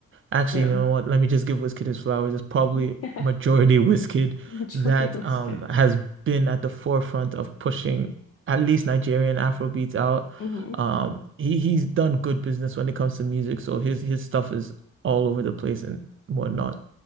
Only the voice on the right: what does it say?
Actually,
you know what? Let me just give Wizkid his flowers. It's probably
majority <laughs> Wizkid
that
um
has been at the forefront of pushing at least Nigerian Afrobeats out.
Um, he he's done good business when it comes to music, so his his stuff is all over the place and whatnot.